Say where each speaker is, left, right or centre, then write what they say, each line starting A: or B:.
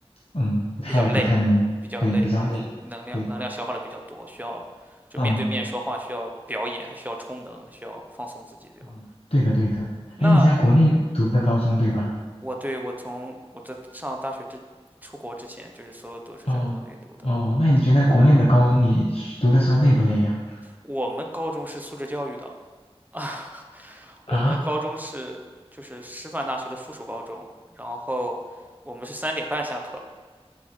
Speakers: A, on the left (about 70°); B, on the right (about 15°).
A: 嗯，不太不太能，
B: 比较累，比较累，
A: 对，比较累。
B: 就能量能量消耗的比较多，
A: 对，
B: 需要就面对面说话，
A: 嗯
B: 需要表演，还需要充能，还需要放松自己，对吗？
A: 嗯，对的对的。哎，
B: 那
A: 你在国内读的高中对吧？
B: 我对我从我在上大学之出国之前，就是所有都是在国内读的。
A: 哦哦，那你觉得国内的高中你学读的时候累不累呀？
B: 我们高中是素质教育的，<laughs> 我们高中是就是师范大学的附属高中，
A: 啊
B: 然后我们是三点半下课，